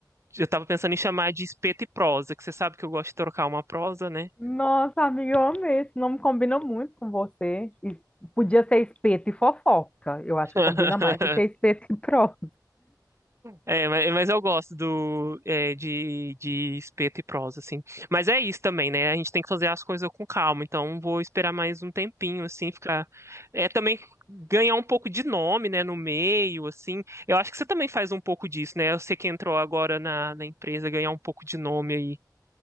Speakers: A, on the right (about 40°); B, on the left (about 15°).
A: eu tava pensando em chamar de espeto e prosa, que você sabe que eu gosto de trocar uma prosa, né?
B: Nossa, amiga, eu amei. Esse nome combina muito com você. E podia ser espeto e fofoca. Eu acho
A: <laughs>
B: que combina mais do que espeto e prosa.
A: É, ma- mas eu gosto do é, de, de espeto e prosa, assim. Mas é isso também, né? A gente tem que fazer as coisas com calma. Então, vou esperar mais um tempinho, assim, ficar. É também ganhar um pouco de nome, né, no meio, assim. Eu acho que você também faz um pouco disso, né? Você que entrou agora na, na empresa, ganhar um pouco de nome aí.